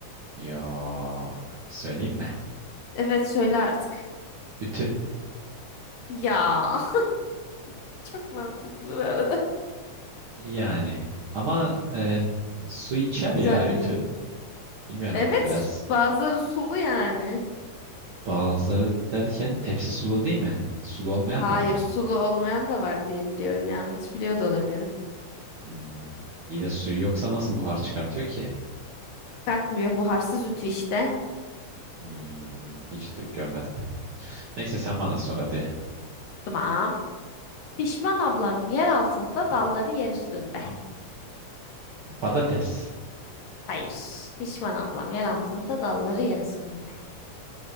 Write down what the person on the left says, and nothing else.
Evet söyle artık.
Ya <laughs> çok mantıklı bu arada.
<laughs> Güzel
bir.
Evet,
bazıları sulu yani.
Hayır,
sulu olmayan da var diye biliyorum. Yanlış biliyor da olabilirim.
Kartmıyor, buharsız ütü işte.
Tamam. Şişman ablam yer altında, dalları yer üstünde.
Hayır. Şişman ablam yer altında, dalları yer üstünde.